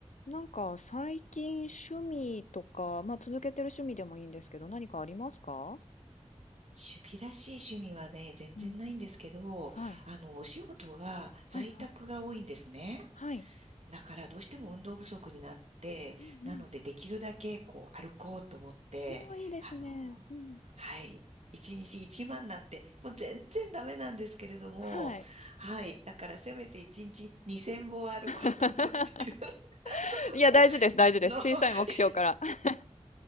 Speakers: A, on the left; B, on the right.
A: なんか最近趣味とか、まあ続けてる趣味でもいいんですけど、何かありますか
B: 趣味らしい趣味はね、全然ないんですけど、
A: うんうん、はい。
B: あの、お仕事が在宅が多いんですね。
A: はいはい。はい。
B: だからどうしても運動不足になって、
A: うんうん。
B: なのでできるだけこう歩こうと思って、
A: おー、いいですね。
B: あの、
A: うん。
B: はい。一日一万なんて、もう全然ダメなんですけれども、
A: はい。
B: はい。だからせめて一日二千歩歩こうと思っている。
A: <laughs>
B: <laughs>
A: いや、大事です、大事です。
B: あの、
A: 小さい目標から。
B: <laughs>
A: <laughs>